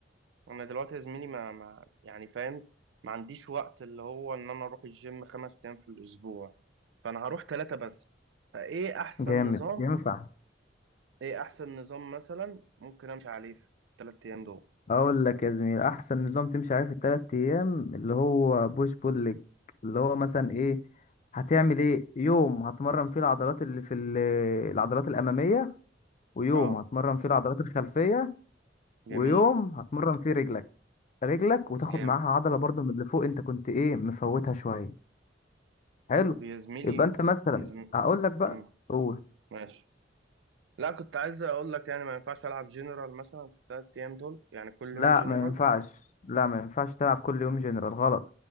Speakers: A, on the right; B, on the left.
A: انا دلوقتي يا زميلي ما, ما يعني فاهم ما عنديش وقت اللي هو ان انا اروح الجيم خمس ايام في الاسبوع فانا هروح ثلاثة بس فايه احسن
B: جامد
A: نظام
B: ينفع
A: ايه احسن نظام مثلا ممكن امشي عليه في الثلاث ايام دول
B: اقول لك يا زميلي احسن نظام تمشي عليه في الثلاث ايام اللي هو بوش بول ليج اللي هو مثلا ايه هتعمل ايه يوم هتمرن فيه العضلات اللي في ال- العضلات الاماميه ويوم
A: اه
B: هتمرن فيه العضلات الخلفيه
A: جميل
B: ويوم هتمرن فيه رجلك رجلك وتاخد
A: جامد
B: معاها عضله برضو من اللي فوق انت كنت ايه مفوتها شويه حلو
A: طب يا زميلي
B: يبقى انت مثلا
A: يا زميلي
B: هقول لك بقى
A: مم.
B: قول
A: ماشي لا كنت عايز اقول لك يعني ما ينفعش العب جنرال مثلا في الثلاث ايام دول يعني كل
B: لا
A: يوم جنرال
B: ما ينفعش لا ما ينفعش تلعب كل يوم جنرال غلط